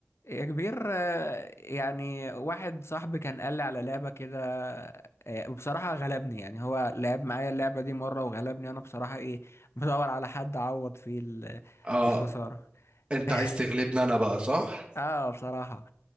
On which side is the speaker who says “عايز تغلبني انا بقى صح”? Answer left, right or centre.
Right